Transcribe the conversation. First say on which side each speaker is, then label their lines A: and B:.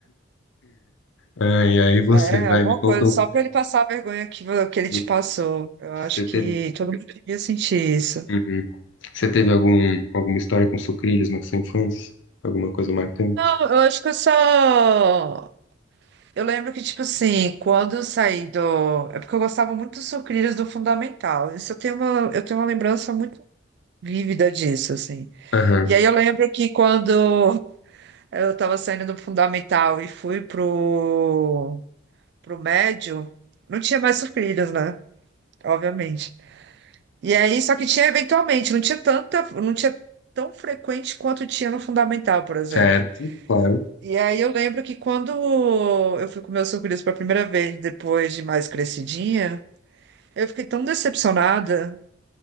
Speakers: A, on the left; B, on the right.
A: Ai, aí você,
B: É,
A: vai,
B: alguma
A: me conta.
B: coisa,
A: um-
B: só pra ele passar a vergonha que, vo- que ele
A: me-
B: te passou. Eu
A: Você
B: acho que
A: teve,
B: todo mundo devia sentir isso.
A: Uhum. Você teve algum, alguma história com sucrilhos na sua infância? Alguma coisa marcante?
B: Não, eu acho que eu só. Eu lembro que, tipo assim, quando eu saí do. É porque eu gostava muito dos sucrilhos do Fundamental. Isso eu tenho uma, eu tenho uma lembrança muito vívida disso, assim.
A: Aham.
B: E aí eu lembro que quando eu tava saindo do Fundamental e fui pro, pro médio, não tinha mais sucrilhos, né? Obviamente. E aí, só que tinha eventualmente, não tinha tanta, não tinha tão frequente quanto tinha no fundamental, por exemplo.
A: Certo, claro.
B: E aí eu lembro que quando eu fui comer o sucrilhos pela primeira vez, depois de mais crescidinha, eu fiquei tão decepcionada